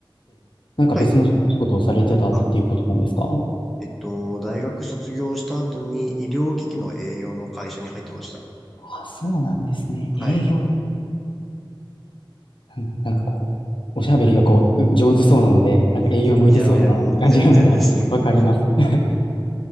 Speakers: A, on the left (about 70°); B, in the centre.
A: なんか別の仕事をされてたっていうことなんですか
B: はい。あ、えっと、大学卒業した後に医療機器の栄養の会社に入ってました。
A: あ、そうなんですね。
B: はい。
A: 営業、なんなんかこう、おしゃべりがこう、う上手そうなので、なんか営業向いてそうだなっていう感じがなんか
B: いやいや、もう全然です。
A: <laughs>
B: <laughs>
A: わかります。<laughs>